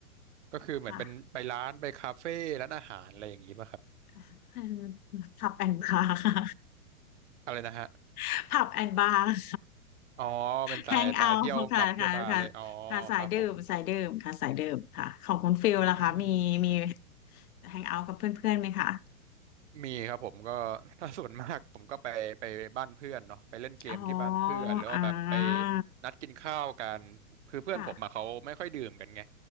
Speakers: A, on the right; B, on the left.
A: ก็คือเหมือนเป็นไปร้านไปคาเฟ่ร้านอาหารอะไรอย่างงี้ป่ะครับ
B: ค่ะ <laughs> ผับแอนบาร์ค่ะ
A: อะไรนะฮะ
B: <laughs> ผับแอนบาร์
A: อ๋อเป็นสายสายเที่ยวผับเที่ยวบาร์เลยอ๋อ
B: แฮงเอาท์ค่ะค่ะค่ะค่ะสายดื่มสายดื่มค่ะสายดื่มค่ะของคุณฟิลล่ะคะมีมี
A: ครับผมอืม
B: แฮงเอาท์กับเพื่อนๆไหมคะ
A: มีครับผมก็ <laughs> ถ้าส่วนมากผมก็ไปไปบ้านเพื่อนเนาะไปเล่นเกมที่บ้านเพื่อนหรือว่าแบบไป
B: อ๋ออ่า
A: นัดกินข้าวกันคือเพื่อนผมอะเขาไม่ค่อยดื่มกันไง
B: ค่ะ